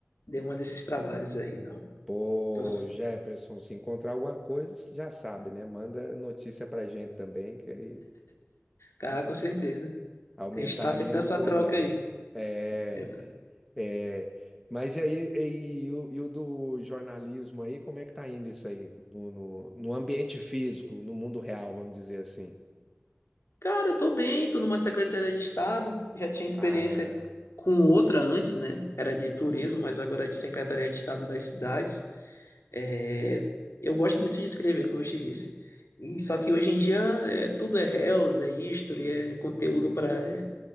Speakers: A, on the left (about 80°); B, in the centre.
A: nenhuma desses trabalhos aí, não.
B: Pô,
A: Tô,
B: Jefferson, se encontrar alguma coisa, você já sabe, né? Manda notícia pra gente também, que aí
A: ah, com certeza.
B: aumentar
A: A gente tá
B: a
A: sempre
B: linha
A: nessa
B: do cordão.
A: troca aí.
B: É,
A: né?
B: é. Mas e aí, e, e o, e o do jornalismo aí, como é que tá indo isso aí? No, no, no ambiente físico, no mundo real, vamos dizer assim.
A: Cara, eu tô bem, tô numa secretaria de Estado, já tinha experiência
B: Ah,
A: com outra antes, né? Era de turismo, mas agora é de secretaria de Estado das cidades. É, Eu gosto muito de escrever, como eu te disse. E só que hoje em dia é, tudo é reels, é history, é conteúdo para